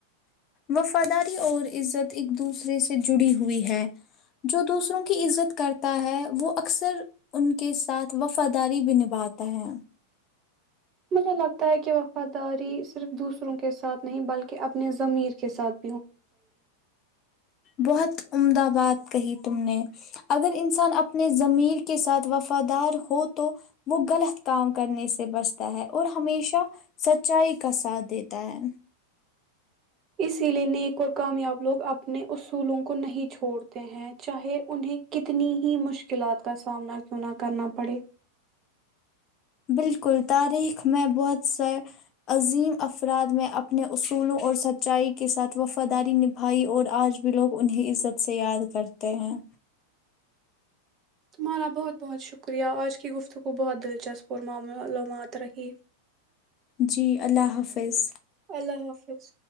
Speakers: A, on the left; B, on the right.
A: وفاداری اور عزت ایک دوسرے سے جڑی ہوئی ہے جو دوسروں کی عزت کرتا ہے وہ اکثر ان کے ساتھ وفاداری بھی نبھاتا ہے
B: مجھے لگتا ہے کہ وفاداری صرف دوسروں کے ساتھ نہیں بلکہ اپنے میر <unintelligible>
A: بہت امد باد کہی تم نے اگر انسان اپنے ضمیر کے ساتھ وفادار ہو تو وہ غلط کام کرنے سے بچتا ہے اور ہمیشہ سچائی کا ساتھ دیتا ہے
B: اسی لیئے نیک اور کامیاب لوگ اپنے اصولوں کو نہیں چھوڑتے ہیں چاہے انہیں کتنی ہی مشکلات کا سامنا کیوں نہ کرنا پڑے
A: بالکل تعریف میں بہت عظیم افراد میں اپنے اصولوں اور سچائی کے ساتھ وفاداری نبھائی اور آج بھی لوگ انہیں عزت سے یاد کرتے ہیں
B: تمہارا بہت بہت شکریہ آج کی گفتگ کو بہت دلچسپ اور معلومات رہی
A: جی اللہ حافظ
B: اللہ حافظ